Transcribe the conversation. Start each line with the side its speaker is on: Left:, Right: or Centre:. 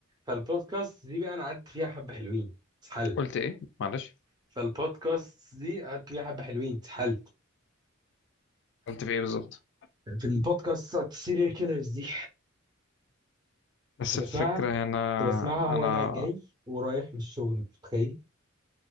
Right: فالبودكاست دي بقى انا قعدت فيها حبه حلوين اتسحلت
Left: قلت ايه معلش
Right: فالبودكاست دي قعدت فيها حبه حلوين اتسحلت
Left: قلت في ايه بالظبط
Right: في البودكاست بتاعت السيريال كيلرز دي كنت
Left: بس
Right: بسمعها
Left: الفكرة هنا
Right: كنت بسمعها
Left: انا
Right: وانا جاي ورايح من الشغل أنت متخيل